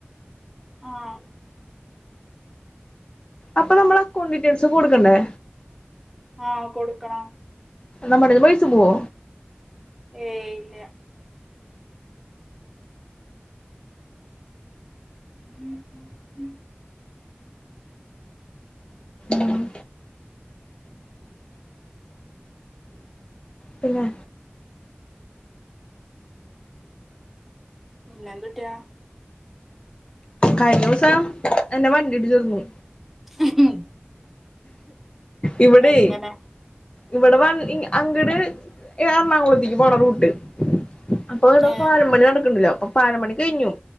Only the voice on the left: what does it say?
അപ്പൊ നമ്മൾ അക്കൗണ്ട് ഡീറ്റെയിൽസ് കൊടുക്കണ്ടേ
നമ്മുടെന്ന് പയസ് പോവോ
ഉം
പിന്നെ
കഴിഞ്ഞ ദിവസം എന്നെ വണ്ടി ഇടിച്ചിരുന്നു.
ഇവിടെ
ഇവിടെ വ അങ്ങടെ എറണാകുളത്തേക്ക് പോകണ റൂട്ട് അപ്പൊ ഇവിടെ
പാലം പണി നടക്കുന്നുണ്ടല്ലോ അപ്പൊ. പാല മണി കഴിഞ്ഞു